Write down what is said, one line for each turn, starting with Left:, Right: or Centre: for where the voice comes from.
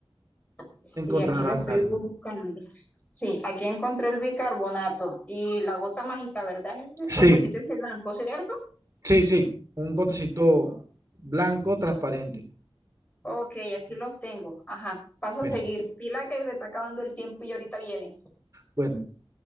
Left: sí,
Right: encontrarás
Left: aquí lo estoy
Right: algo.
Left: buscando. Sí, aquí encontré el bicarbonato y la gota mágica, ¿verdad? Ese Es el potecito
Right: Sí,
Left: y el blanco, ¿cierto?
Right: sí, sí, un potecito blanco transparente.
Left: Ok, aquí los tengo. Ajá, paso a
Right: Bueno,
Left: seguir. Pila que se está acabando el tiempo y ahorita viene.
Right: bueno,